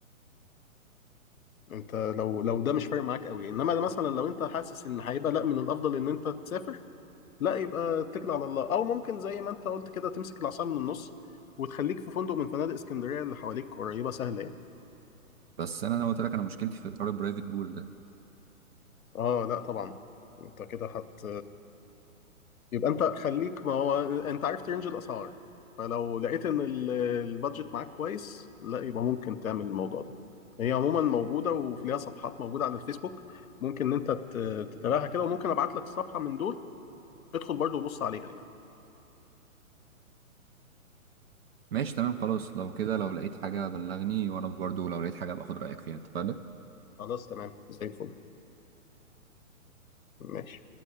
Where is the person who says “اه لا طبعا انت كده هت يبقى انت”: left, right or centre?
Left